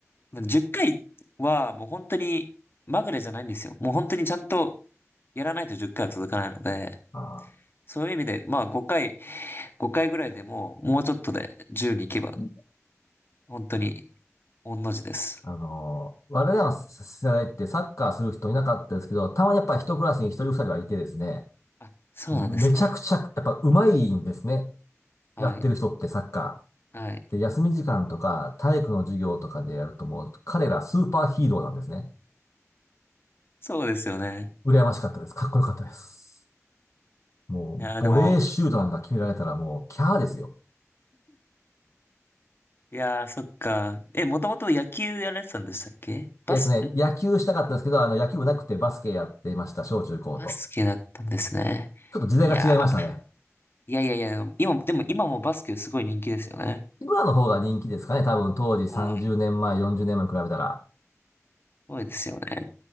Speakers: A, on the left; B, on the left.
A: 10回はもう本当にまぐれじゃないんですよ。もう本当にちゃんとやらないと10回は続かないので、
B: あ
A: そういう意味で、まあ5回、5回ぐらいでももうちょっとで10に行けば、
B: ー、
A: 本当に御の字です。
B: あのー我々の世代ってサッカーする人いなかったですけど、たまにやっぱ一クラスに一人二人はいてですね、
A: あ、そうなんですね。
B: めちゃくちゃ、やっぱ上手いんですね。
A: はい。
B: やってる人ってサッカ
A: はい。
B: ー。で、休み時間とか体育の授業とかでやるともう彼らスーパーヒーローなんですね。
A: そうですよね。
B: 羨ましかったです。かっこよかったです。もう、
A: いやー、
B: ボレーシュートなんか決められたらもう、
A: でも、
B: キャーですよ。
A: いやー、そっか。え、もともと野球やられてたんでしたっけバス、
B: えっとね、
A: ん
B: 野球したかったんですけど、あの、野球部なくてバスケやっていました、小中高と。
A: バスケだったんですね。
B: ちょっと時代が違いましたね。
A: いやー、いやいやいや、でも今、でも今もバスケすごい人気ですよね。
B: 今の方が人気ですかね、多分当時30年前、
A: はい。す
B: 40年前に比べたら。
A: ごいですよね。